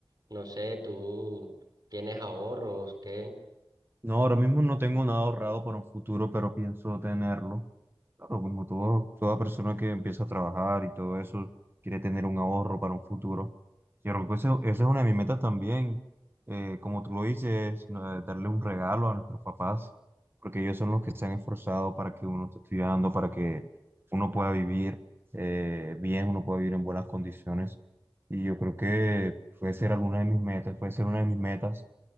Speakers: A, on the right; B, on the right.
A: No sé, ¿tú tienes ahorros, qué?
B: No, ahora mismo no tengo nada ahorrado para un futuro, pero pienso tenerlo. Claro, como todo, toda persona que empieza a trabajar y todo eso, quiere tener un ahorro para un futuro. Y creo que eso- esa es una de mis metas también. Eh, como tú lo dices, no, eh, darle un regalo a nuestros papás, porque ellos son los que se han esforzado para que uno esté estudiando, para que uno pueda vivir eh, bien, uno pueda vivir en buenas condiciones. Y yo creo que puede ser alguna de mis metas, puede ser una de mis metas